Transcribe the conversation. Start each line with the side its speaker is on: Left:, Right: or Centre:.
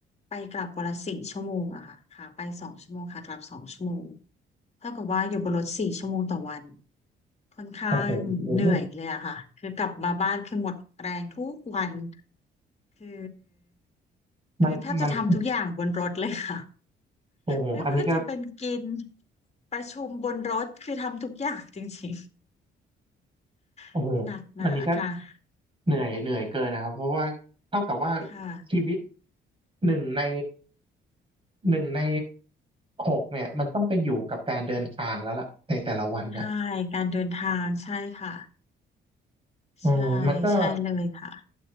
Left: ไปกลับวันละสี่ชั่วโมงอะค่ะขาไปสองชั่วโมงขากลับสองชั่วโมงเท่ากับว่าอยู่บนรถสี่ชั่วโมงต่อวันค่อนข้างเหนื่อยเลยอะค่ะคือกลับมาบ้านคือหมดแรงทุกวัน
Right: โอ้โหโอ้โห
Left: คือ
Right: มันมัน
Left: คือแทบจะทำทุกอย่างบนรถเลยค่ะ
Right: <laughs> โอ้โหอันนี้ก็
Left: ไม่ว่าจะเป็นกินประชุมบนรถคือทำทุกอย่างจริง
Right: โอ้โห
Left: ๆ <laughs> หนักหนาค่ะ
Right: อันนี้ก็เหนื่อยเหนื่อยเกินนะครับเพราะว่าเท่ากับว่า
Left: ค่ะ
Right: ชีวิตหนึ่งใน หนึ่งในหกเนี่ยมันต้องไปอยู่กับการเดินทางแล้วล่ะในแต่ละวันน่ะ
Left: ใช่การเดินทางใช่ค่ะ
Right: เออมันก็
Left: ใช่ใช่เลยค่ะ